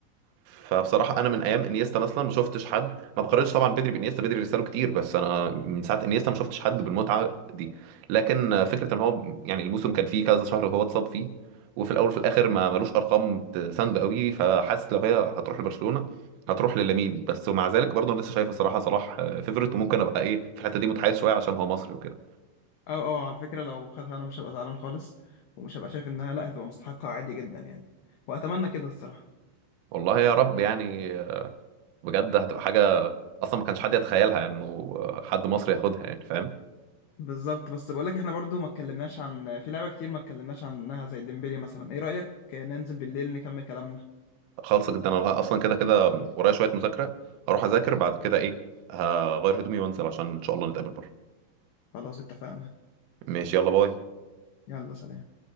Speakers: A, on the right; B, on the left.
A: فبصراحة أنا من أيام إنيستا مثلا ما شفتش حد ما بقارنش طبعا بدري بإنيستا بدري رساله كتير بس أنا من ساعة إنيستا ما شفتش حد بالمتعة دي لكن فكرة إن هو يعني الموسم كان فيه كذا شهر هو اتصاب فيه وفي الأول وفي الآخر ما ملوش أرقام تساند قوي فحاسس لو هي هتروح لبرشلونة هتروح للامين بس ومع ذلك برضه أنا لسه شايف بصراحة صلاح فيفرت وممكن أبقى إيه في الحتة دي متحيز شوية عشان هو مصري وكده
B: اه اه على فكرة لو خدها انا مش هبقى زعلان خالص ومش هبقى شايف انها لا هتبقى مستحقة عادي جدا يعني واتمنى كده الصراحة
A: والله يا رب يعني بجد هتبقى حاجة أصلا ما كانش حد يتخيلها يعني إنه حد مصري ياخدها يعني فاهم
B: بالظبط بس بقول لك احنا برضو ما اتكلمناش عن في لعبة كتير ما اتكلمناش عنها زي ديمبلي مثلا ايه رأيك ننزل بالليل نكمل كلامنا
A: خالصة جدا أنا أصلا كده كده ورايا شوية مذاكرة هروح أذاكر بعد كده إيه هغير هدومي وأنزل عشان إن شاء الله نتقابل بره
B: خلاص اتفقنا
A: ماشي يلا باي
B: يلا سلام